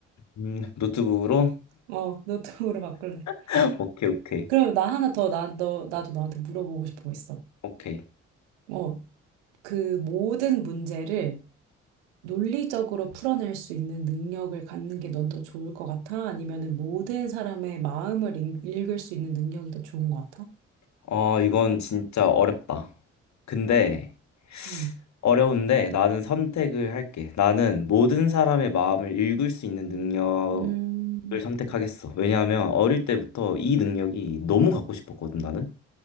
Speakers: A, on the left (about 50°); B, on the right (about 70°).
A: 음, 노트북으로?
B: 어, <laughs> 노트북으로 바꿀래.
A: <laughs> 오케이, 오케이,
B: 그러면 나 하나 더, 나, 너, 나도 너한테 물어보고 싶은 거 있어.
A: 오케이.
B: 어, 그 모든 문제를 논리적으로 풀어낼 수 있는 능력을 갖는 게 넌 더 좋을 것 같아? 아니면은 모든 사람의 마음을 읽, 읽을 수 있는 능력이 더 좋은 것 같아?
A: 어, 이건 진짜 어렵다. 근데,
B: 음.
A: 어려운데 나는 선택을 할게. 나는 모든 사람의 마음을 읽을 수 있는 능력을
B: 음,
A: 선택하겠어. 왜냐하면 어릴 때부터 이 능력이 너무 갖고 싶었거든, 나는.